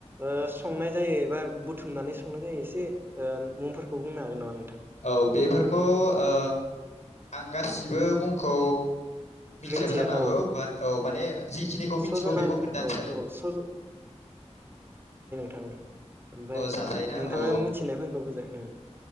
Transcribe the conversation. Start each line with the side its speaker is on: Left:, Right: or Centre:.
Right: ओ संनाय जायो एबा बुथुमनानै संनाय जायो एसे ओ मुंफोरखौ बुंनो हागोन नामा? नोंथां
Left: औ बेफोरखौ ओ आं गासिबो मुंखौ मिथियाबो
Right: मिथिया
Left: जानो हागौ
Right: औ
Left: बाट औ माने जिखिनिखौ मिथिगौ
Right: सजना
Left: बेखौ खोन्थानोसै
Right: औ
Left: आरो।
Right: औ सज थांनो ओमफाय
Left: अ जाजायोना
Right: नोंथाङा
Left: औ
Right: मिथिनायफोरखौ बोजा उम